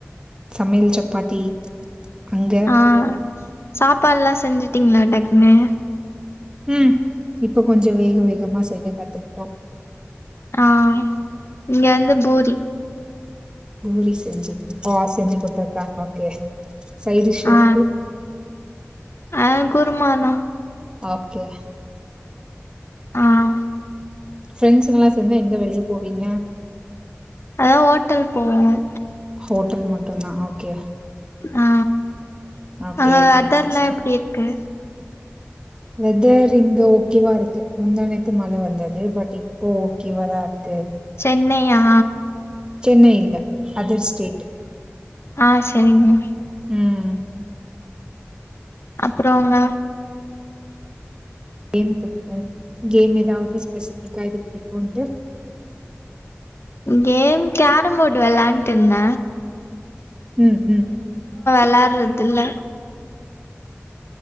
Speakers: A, on the right; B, on the left.
A: சமையல் சப்பாத்தி அங்க?
B: ஆ சாப்பாடுல்லா செஞ்சுட்டீங்களா டக்னு
A: ம் இப்ப கொஞ்ச வேக வேகமா செய்ய கத்துக்கிட்டோ
B: ஆ இங்க வந்து பூரி
A: பூரி செஞ்ச ஓ செஞ்சு கொடுத்துருக்காங்க ஓகே சைட் டிஷ்
B: ஆ
A: அதுக்கு
B: ஆ குருமா தா
A: ஓகே.
B: ஆ
A: ஃப்ரெண்ட்ஸுங்கல்லா சேர்ந்து எங்க வெளியே போவீங்க
B: அதான் ஓட்டல் போவோம்
A: ஹோட்டல் மட்டு்தா ஓகே
B: ஆ
A: ஓகே,
B: அங்க
A: ஓகேங்க
B: வெதர்லா
A: சிஸ்டர்.
B: எப்டி இருக்கு
A: வெதர் இங்க ஓகேவா இருக்கு முந்தனேத்து மழை வந்தது பட் இப்போ ஓகேவா தா இருக்
B: சென்னையா
A: சென்னை இல்ல. அதர் ஸ்டேட்
B: ஆ செரிங்க
A: ம்
B: அப்புறங்க
A: கேம் புடிக்கு கேம் எதாவது ஸ்பெசிபிக்கா எது புடிக்கும்ன்ட்டு
B: கேம் கோரம்போர்டு வெளான்ட்டு இருந்த
A: ம் ம்.
B: வெளாட்றதுல்ல